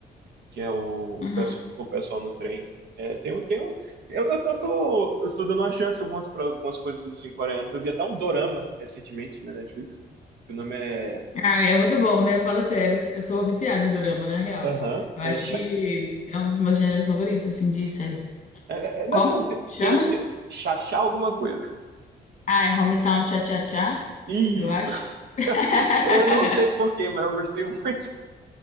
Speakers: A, on the right (about 75°); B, on the left (about 45°).
A: que é o,
B: Uhum.
A: o, pessoal, o pessoal no trem. É, tem, um- tem, um- eu, eu, eu tô, eu tô dando uma chance algumas, para algumas coisas em coreanos. Eu vi até um dorama recentemente na Netflix, que o nome é
B: Ah, é muito bom, né? Fala sério. Eu sou viciada em dorama, na real.
A: Aham,
B: Eu
A: é,
B: acho
A: cha...
B: que é um dos meus gêneros favoritos, assim, de série.
A: é, é, não,
B: Como?
A: assim, tem,
B: Chama?
A: tem uns que é chachá alguma coisa.
B: Ah, é Hometown Cha-Cha-Cha,
A: Isso.
B: eu acho. <laughs>
A: <laughs> Eu não sei por quê, mas eu gostei muito.